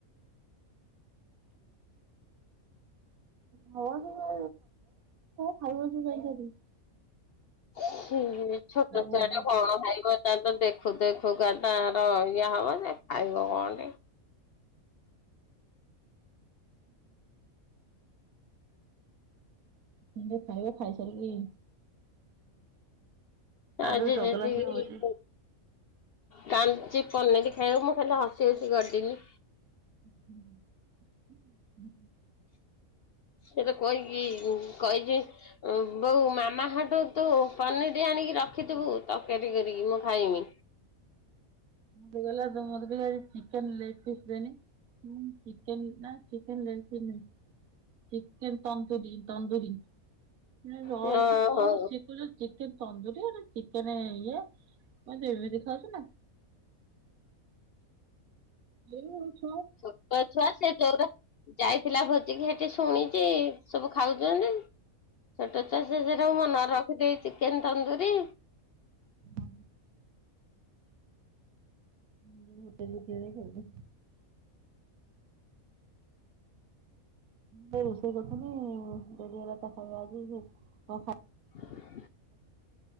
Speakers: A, on the right; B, on the left.
A: ହଁ ହଁ ହଁ ହଉ ସେ ନଯାଉ <unintelligible>
B: ସିଏ ଛୋଟ
A: ଭୋଜି
B: ଛୁଆ ଟା କଣ ଖାଇବ <unintelligible> ଦେଖୁ ଦେଖୁ ସୁୁଗାର ତାଙ୍କର ଇଏ ହେବଯେ ଖାଇବ କଣ ଟେ
A: ହୁଁ ଇନ୍ତି ଖାଇବ ଖାଇ ସାର କି
B: ଆଜି
A: ଯୋଉ ଚଗଲା
B: ଯେତିକି
A: ସିଏ ହଉଛି।
B: ପୁ କାଞ୍ଚି ପନିରି ଖାଇବ ମୁଁ ଖାଲି ହସି ହସି ଗଡିନି।
A: ହଁ ହ ହ
B: ସେଟା କହିକି କହିଛି, ବୋଉ ମାମା ହଟୁ ତୁ ପନିର ଆଣି ରଖିଥିବୁ, ତରକାରୀ କରିକି ମୁଁ ଖାଇମି।
A: ହେଇଗଲା, ତୁ ମତେ ଟିକେ ଆଜି ଚିକେନ୍ ଲେଗ୍ ପିସ୍ ଦେନି। ହୁଁ। ଚିକେନ୍ ନା ଚିକେନ ଲେଳସିିନି? ଚିକେନ ତନ୍ଦୁରୀ, ତନ୍ଦୁରୀ। ହେ ରହଲୋ
B: ହଁ
A: ତୁ କୋଉଠୁ
B: ହଉ
A: ଶିଖୁଚୁ? ଚି କେନ୍ ତନ୍ଦୁରୀଆ ଚିକେନେ ଇଏ, ମୁଁ କହିଲି ତୁ ଏମିତି ଖାଉଛୁ ନା। ସେଇ ହଉଚି
B: ଛୋଟଛୁଆ ସେ ଜୋର ଯାଇ ଥିଲା ଭୋଜିିକି ହେଠି ଶୁଣିଚି, ସବୁ ଖାଉଛନ୍ତି ଯେ ଛୋଟଛୁଆ ସିଏ ସେଇଟାକୁ ମନରେ ରଖିଦେଇ, ଚିକେନ ତନ୍ଦୁୁରୀ
A: ହଁ। ମୁଁ ହୋଟେଲରୁ କିଣି ଖାଇବି। ମୁଁ ଏଇ ରୋଷେଇ କରୁଥିନି ଡେରି ହେଲା ତ ଖାଇବା ଆଜି, ସେଇ କଣ ଖାଇ
B: <inaudible>